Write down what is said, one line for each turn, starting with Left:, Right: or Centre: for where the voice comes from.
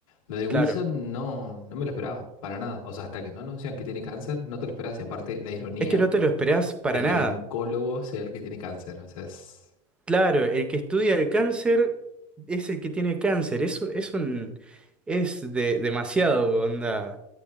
Left: Lo de Wilson
Centre: Claro.
Left: no, no me lo esperaba, para nada. O sea, hasta que no anuncian que tiene cáncer, no te lo esperas. Y aparte, la ironía
Centre: Es que no te lo esperás para
Left: de que
Centre: nada.
Left: el oncólogo sea el que tiene cáncer. O sea, es
Centre: Claro, el que estudia el cáncer es el que tiene cáncer. Eso es un es de, demasiado, onda.